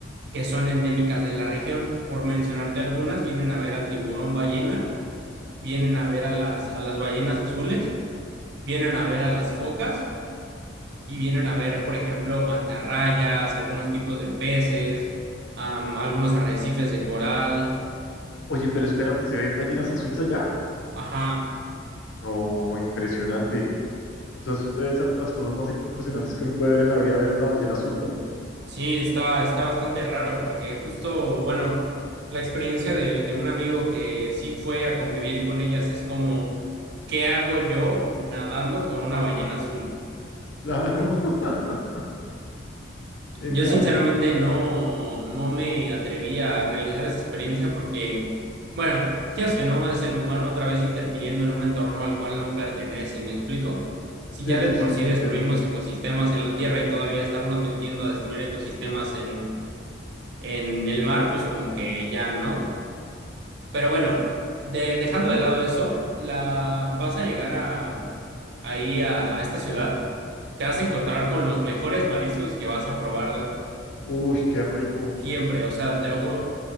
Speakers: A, on the right; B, on the left.
A: que son endémicas de la región. Por mencionarte algunas, vienen a ver al tiburón ballena vienen a ver a las, a las ballenas azules, vienen a ver a las focas y vienen a ver, por ejemplo, mantarrayas, algunos tipos de peces, am, algunos arrecifes de coral.
B: Oye, pero espérate, ¿se ven ballenas azules allá?
A: Ajá,
B: No, impresionante. O sea, eso debe ser de las cosas más impresionantes que uno puede ver en la vida, ver una ballena azul, ¿no?
A: sí, está, está bastante raro porque justo, bueno, la experiencia de, de un amigo que sí fue a convivir con ellas es como, ¿qué hago yo nadando con una ballena azul?
B: Claro, <laughs> genial.
A: Yo sinceramente no, no me atreví a realizar esa experiencia porque, bueno, quieras que no, es el humano otra vez interfiriendo en un entorno al cual no pertenece, ¿me explico? Si
B: Sí,
A: ya de
B: sí,
A: por
B: sí,
A: sí
B: te
A: destruimos
B: entiendo.
A: ecosistemas en la Tierra y todavía estarnos metiendo a destruir ecosistemas en, en el mar, pues como que ya, ¿no? Pero bueno, de- dejando de lado eso, la, vas a llegar a, ahí a a esta ciudad, te vas a encontrar con los mejores mariscos que vas a probar
B: Uy, qué rico.
A: siempre, o sea, te lo juro.